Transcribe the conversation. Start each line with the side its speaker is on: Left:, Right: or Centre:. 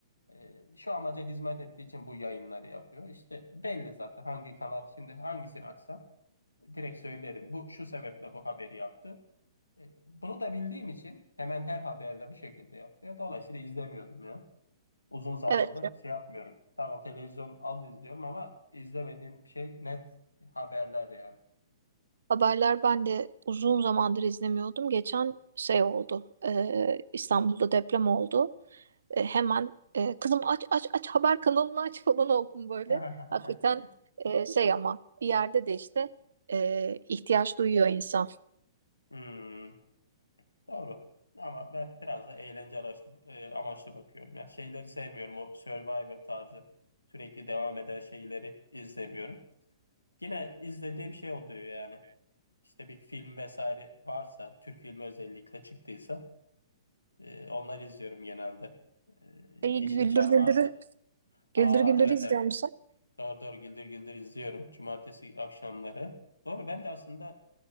Left: e, şu amaca hizmet ettiği için bu yayınları yapıyor. İşte belli zaten hangi kanal şimdi hangisini açsam direkt söylerim. Bu şu sebeple bu haberi yaptı. E, bunu da bildiğim için hemen her haberde bu şekilde yapıyor. Dolayısıyla izlemiyordum ya. Uzun zamandır
Right: Evet.
Left: şey yapmıyorum. Tamam televizyon az izliyorum ama izlemediğim şey net haberler yani.
Right: Haberler ben de uzun zamandır izlemiyordum. Geçen şey oldu. e, İstanbul'da deprem oldu. E, hemen e, kızım aç aç aç haber kanalını aç falan oldum böyle.
Left: <laughs>
Right: Hakikaten e, şey ama bir yerde de işte e, ihtiyaç duyuyor insan.
Left: Hmm, doğru. Ama ben biraz da eğlence araçlı, e, amaçlı bakıyorum. Ya şeyleri sevmiyorum. O Survivor tarzı sürekli devam eden şeyleri izlemiyorum. Yine izlediğim şey oluyor yani. İşte bir film vesaire varsa, Türk filmi özellikle çıktıysa e, onları izliyorum genelde. E, Yeşilçam
Right: Şeyi güldür güldürü
Left: varsa. Aa
Right: güldür güldürü
Left: evet
Right: izliyor
Left: evet.
Right: musun?
Left: Doğru doğru Güldür Güldür izliyorum. Cumartesi akşamları. Doğru ben de aslında